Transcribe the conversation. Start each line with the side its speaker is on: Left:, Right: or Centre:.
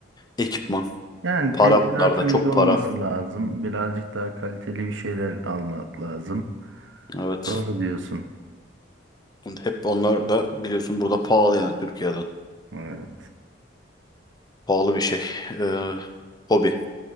Left: Ekipman.
Right: Yani
Left: Para
Right: teçhizatın
Left: bunlarda çok
Right: iyi olması
Left: para.
Right: lazım. Birazcık daha kaliteli bir şeyler almak lazım.
Left: Evet.
Right: Doğru diyorsun.
Left: Bun- Hep onlar da biliyorsun burada pahalı yani Türkiye'de.
Right: Evet.
Left: Pahalı bir şey. Ee, hobi.